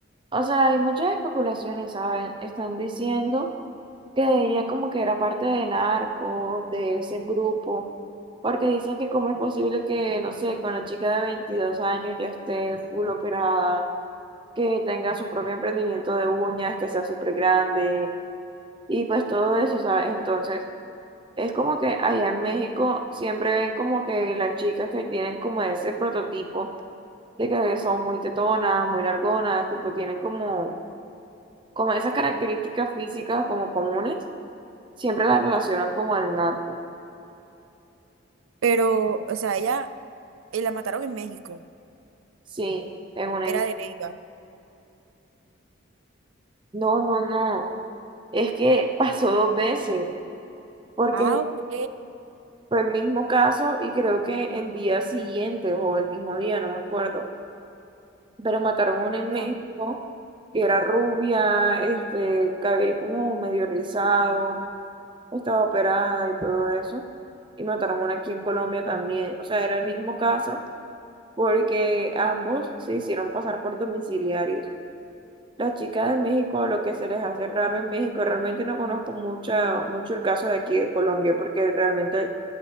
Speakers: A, on the right; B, on the right.
A: o sea, hay muchas especulaciones, ¿saben? Están diciendo que ella como que era parte de narcos, de ese grupo, porque dicen que cómo es posible que, no sé, con una chica de 22 años ya esté full operada que tenga su propio emprendimiento de uñas, que sea súper grande y pues todo eso, ¿sabes? Entonces, es como que allá en México siempre ven como que las chicas que tienen como ese prototipo de que son muy tetonas, muy largonas, tipo tienen como, como esas características físicas como comunes, siempre las relacionan como al narco.
B: Pero, o sea, ella eh, la mataron en México,
A: Sí, en un...
B: era de Neiva.
A: No, no, no. Es que pasó dos veces, porque
B: Ah, ok.
A: Fue el mismo caso y creo que en días siguientes o el mismo día, no me acuerdo, pero mataron a una en
B: ya.
A: México que era rubia, este, cabello como medio rizado, estaba operada y todo eso. Y mataron a una aquí en Colombia también. O sea, era el mismo caso porque ambos se hicieron pasar por domiciliarios. La chica de México, lo que se les hace raro en México, realmente no conozco mucha, mucho el caso de aquí de Colombia porque realmente